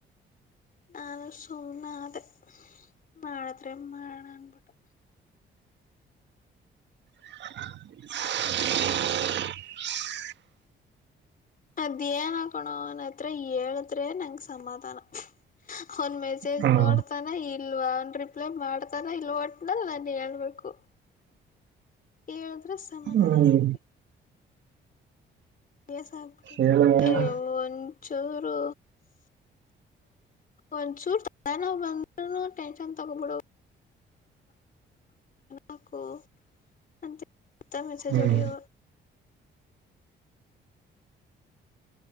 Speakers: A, on the left; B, on the right.
A: ನಾನು ಸುಮ್ನೆ ಅ ಮಾಡಿದ್ರೆ ಮಾಡೋಣ ಅನ್ಬಿಟ್ಟು
B: <inaudible>
A: ಅದ್ೇಏನ್ ಆಕೋಣನ ಹತ್ರ ಹೇಳದ್ರೆ ನಂಗ ಸಮಾಧಾನ ಒಂದ್ ಮೆಸೇಜ್
B: ಹ್ಮ್
A: ನೋಡ್ತಾನ ಇಲ್ವಾ ರಿಪ್ಲೈ ಮಾಡ್ತಾನ ಇಲ್ ಒಟ್ನಲ್ಲಿ ನಾನು ಹೇಳ್ಬೇಕು ಏಳ <unintelligible> ಅರ ಸಮಾಧಾನ
B: ಹ್ಮ್
A: ನನಗೆ ಸ್ ಆಗ್ಬಿಡ
B: ಹೇಳು ಏನು
A: ಏ ಒಂದು ಚೂರು ಒಂದ ಚೂರು ತ ಬಂದ್ ಟೆನ್ಷನ್ ತಗೋಬಿಡ ಹಕು ಅಂತ <unintelligible> ಮತ್ತಮ ಹೆಸ
B: ಹ್ಮ್
A: ಜೋಡಿ <unintelligible>